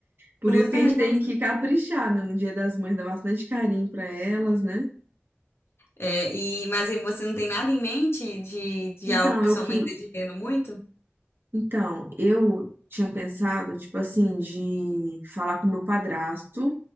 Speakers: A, on the right; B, on the left.
A: Por
B: tudo
A: isso que
B: vai
A: a gente
B: resolver.
A: tem que caprichar, né? No Dia das Mães, dar bastante carinho pra elas, né?
B: É, e, mas aí você não tem nada em mente de, de
A: Então,
B: algo que
A: eu
B: sua
A: que,
B: mãe esteja querendo muito?
A: então, eu tinha pensado, tipo assim, de falar com meu padrasto,